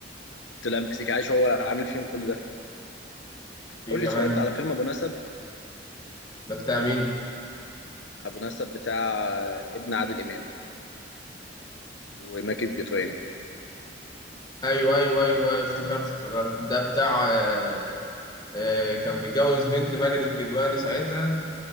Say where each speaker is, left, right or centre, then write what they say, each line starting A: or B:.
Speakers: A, on the left; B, on the left.
A: طلع المكسيكي عايش هو اللي عامل فيهم كل ده
B: في
A: قول
B: كمان
A: لي اتفرجت على فيلم ابو نسب
B: ده بتاع مين؟
A: ابو نسب بتاع ابن عادل امام وماجد الكدواني
B: أيوه أيوه أيوه أيوه، افتكرت افتكرت ده بتاع آه، آه، كان متجوز بنت ماجد الكدواني ساعتها